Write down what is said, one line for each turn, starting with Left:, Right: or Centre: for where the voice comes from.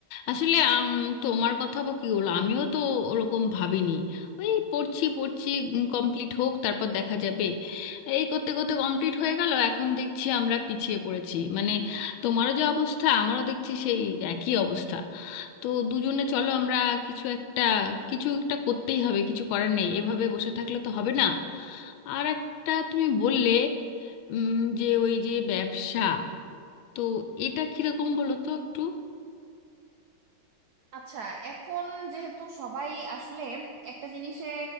Left: আসলে আম, তোমার কথা বা কি হলো আমিও তো ওরকম ভাবিনি ওই পড়ছি পড়ছি কমপ্লিট হোক তারপর দেখা যাবে এই করতে করতে কমপ্লিট হয়ে গেল এখন দেখছি আমরা পিছিয়ে পড়েছি মানে তোমারও যে অবস্থা আমারও দেখছি সেই একই অবস্থা তো দুজনে চলো আমরা কিছু একটা কিছু একটা করতেই হবে কিছু করার নেই এভাবে বসে থাকলে তো হবে না আর একটা তুমি বললে উম, যে ওই যে ব্যবসা তো এটা কিরকম বলো তো একটু
Right: আচ্ছা এখন যেহেতু সবাই আসলে একটা জিনিসে